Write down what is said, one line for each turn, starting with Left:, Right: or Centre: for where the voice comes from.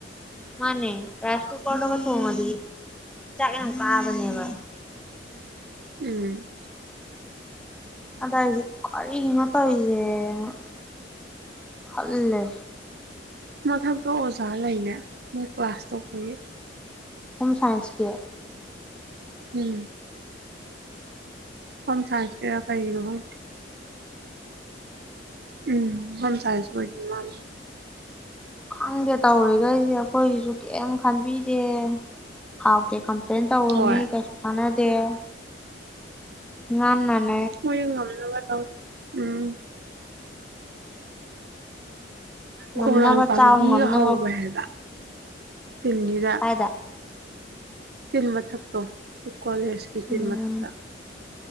Centre: ꯃꯥꯅꯦ ꯔꯥꯏꯁ ꯀꯨꯀꯔꯗꯒ ꯊꯣꯡꯉꯗꯤ ꯆꯥꯛ ꯌꯥꯝ ꯀꯥꯕꯅꯦꯕ
Right: ꯎꯝ
Centre: ꯑꯗ ꯑꯩꯖꯦ ꯀꯔꯤꯅꯣ ꯇꯧꯔꯤꯁꯦꯅ ꯈꯜꯂꯦ
Right: ꯃꯊꯛꯇꯣ ꯑꯣꯖꯥ ꯂꯩꯅꯦ ꯃꯣꯏ ꯀ꯭ꯂꯥꯁ ꯇꯧꯕꯒꯤ
Centre: ꯍꯣꯝ ꯁꯥꯏꯟꯁꯀꯤ
Right: ꯎꯝ ꯍꯣꯝ ꯁꯥꯏꯟꯁꯀꯤꯔ ꯀꯩꯒꯤꯅꯣ ꯈꯪꯗꯦ ꯎꯝ ꯍꯣꯝ ꯁꯥꯏꯟꯁ ꯑꯣꯏꯗꯣꯏ ꯃꯥꯜꯂꯦ
Centre: ꯈꯪꯗꯦ ꯇꯧꯔꯤꯈꯩꯁꯦ ꯑꯩꯈꯣꯏꯒꯤꯁꯨ ꯀꯦꯝ ꯈꯟꯕꯤꯗꯦ ꯍꯥꯎꯇꯦ ꯀꯝꯄ꯭ꯂꯦꯟ ꯇꯧꯔꯨꯅꯤ
Right: ꯍꯣꯏ
Centre: ꯀꯩꯁꯨ ꯀꯥꯅ <unintelligible> <unintelligible>
Right: ꯍꯣꯏ ꯌꯦꯡ ꯉꯝꯅꯕ ꯇꯧ ꯎꯝ
Centre: ꯉꯝꯅꯕ
Right: ꯈꯣꯡꯅꯥꯡ ꯄꯥꯝꯕꯤꯒ
Centre: ꯆꯥꯎ ꯉꯝꯅꯕ
Right: ꯍꯧꯋꯦ ꯍꯥꯏꯕ ꯇꯤꯟꯒꯤꯗ
Centre: ꯀꯥꯏꯗ
Right: ꯇꯤꯟ ꯃꯊꯛꯇꯣ ꯀꯣꯂꯦꯖꯀꯤ ꯇꯤꯟ
Centre: ꯎꯝ
Right: ꯃꯊꯛꯇ